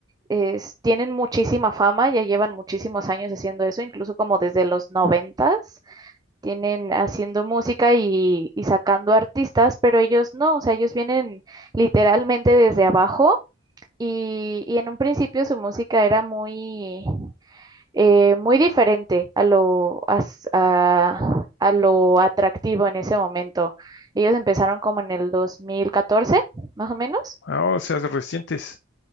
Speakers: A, on the right; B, on the left.
A: es- tienen muchísima fama, ya llevan muchísimos años haciendo eso, incluso como desde los noventas, tienen haciendo música y, y sacando artistas, pero ellos no, o sea, ellos vienen literalmente desde abajo y, y en un principio su música era muy, eh, muy diferente a lo, as- a, a lo atractivo en ese momento. Ellos empezaron como en el 2014, más o menos
B: Ah, o sea, recientes.